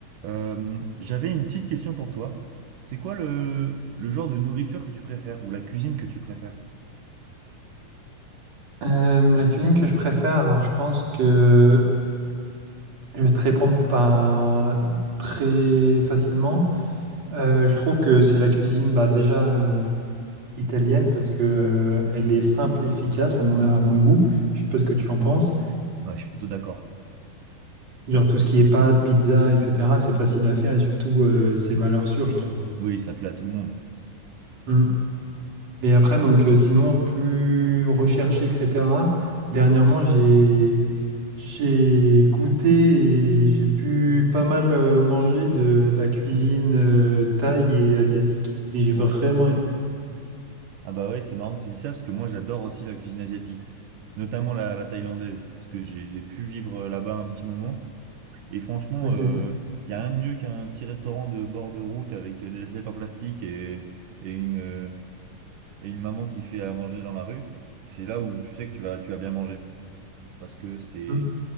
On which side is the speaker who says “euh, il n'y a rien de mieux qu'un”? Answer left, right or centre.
Right